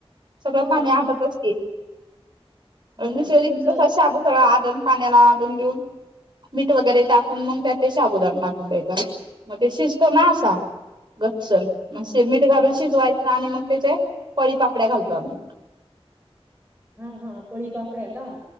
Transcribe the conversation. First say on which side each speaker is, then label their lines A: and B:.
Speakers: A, on the right; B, on the right.
A: सगळं
B: मग
A: पाणी
B: आम
A: आटतच की
B: हां,
A: अन दुसऱ्या दिशी
B: तुमचं
A: तसाच शाबू सगळा आदन पाण्याला आदान देऊन मीठ वगैरे टाकून मग त्या ते शाबुदाना टाकून द्यायचा मग ते शिजतो ना असा गप्प चल
B: हां,
A: मीठ घालून
B: हां,
A: शिजवायचं आणि मग त्याच्या पळी पापड्या घालतो आम्ही
B: हा हा पळी पापड्या. ह